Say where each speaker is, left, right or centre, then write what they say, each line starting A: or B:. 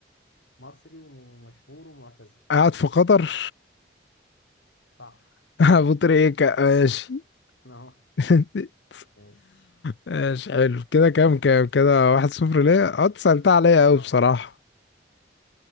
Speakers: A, on the left; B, on the left.
A: مصري ومشهور ومعتزل
B: قاعد في قطر
A: صح
B: <laughs> ابو تريكة ماشي
A: <laughs> أهو
B: <laughs>
A: ماشي
B: ماشي حلو كده كام كام كده واحد صفر ليه انت سألتها عليا قوي
A: أه
B: بصراحة